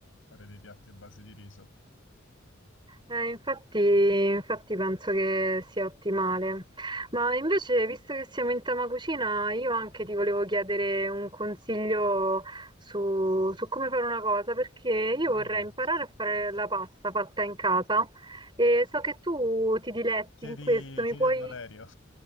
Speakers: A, on the left; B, on the right.
A: fare dei piatti a base di riso.
B: Eh, infatti, infatti penso che sia ottimale. Ma invece, visto che siamo in tema cucina, io anche ti volevo chiedere un consiglio su, su come fare una cosa, perché io
A: Dimmi
B: vorrei
A: tutto.
B: imparare a fare la pasta fatta in casa e so che tu ti diletti
A: Chiedi,
B: in questo, mi
A: chiedi
B: puoi...
A: a Valerio.